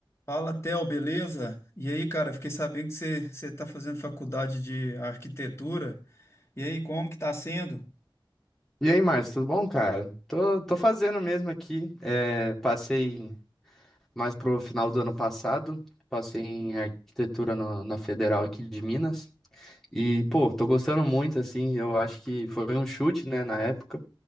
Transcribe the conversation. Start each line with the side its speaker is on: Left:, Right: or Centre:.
Left: Fala, Theo, beleza? E aí, cara, fiquei sabendo que você você está fazendo faculdade de arquitetura. E aí, como que está sendo?
Centre: E aí, Márcio, tudo bom, cara? Tô, tô fazendo mesmo aqui. É, passei mais pro final do ano passado, passei em arquitetura na na Federal aqui de Minas. E, pô, tô gostando muito, assim, eu acho que foi um chute, né, na época.